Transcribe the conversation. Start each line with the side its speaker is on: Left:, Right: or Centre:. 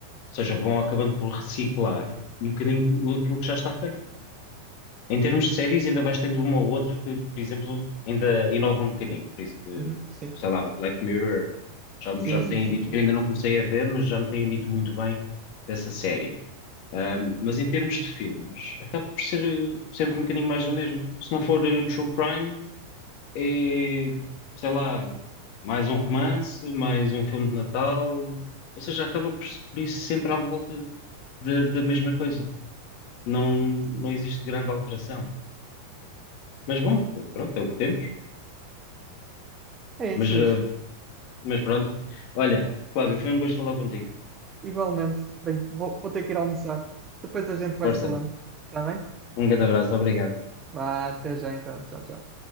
Left: Ou seja, vão acabando por reciclar um bocadinho aquilo que já está feito. Em termos de séries, ainda vais tendo uma ou outra que, por exemplo, ainda inova um bocadinho. Por ex- eh,
Right: Uhum, sim.
Left: sei lá, o Black Mirror, já, me-
Right: Sim,
Left: já me
Right: sim,
Left: têm
Right: sim,
Left: dito,
Right: sim.
Left: eu ainda não comecei a ver, mas já me têm dito muito bem dessa série. Ahm, mas em termos de filmes, acaba por ser eh, sempre um bocadinho mais do mesmo. Se não for eh, True Crime, é, sei lá, mais um romance, mais um filme de Natal. Ou seja, acaba por, por isso sempre à volta da da mesma coisa. Não, não existe grande alteração. Mas bom, pronto, é o que temos.
Right: É
Left: Mas,
Right: isso,
Left: eh,
Right: Luís.
Left: mas pronto. Olha, Cláudio, foi um gosto falar contigo.
Right: Igualmente. Bem, vou, vou ter que ir almoçar. Depois a gente vai
Left: Força.
Right: se falando. Está bem?
Left: Um grande abraço. Obrigado.
Right: Vá, até já então. Tchau, tchau.